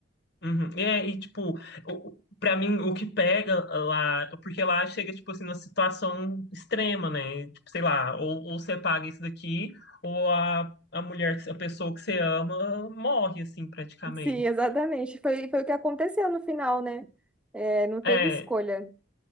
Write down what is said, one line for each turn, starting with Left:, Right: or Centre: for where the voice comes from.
Left: Uhum. E, é, e, tipo, o, pra mim, o que pega lá, porque lá chega, tipo assim, numa situação extrema, né? Tipo, sei lá, ou, ou você paga isso daqui, ou a, a mulher, que- a pessoa que você ama morre, assim, praticamente.
Centre: Sim, exatamente. Foi, foi o que aconteceu no final, né? É, não teve
Left: É,
Centre: escolha.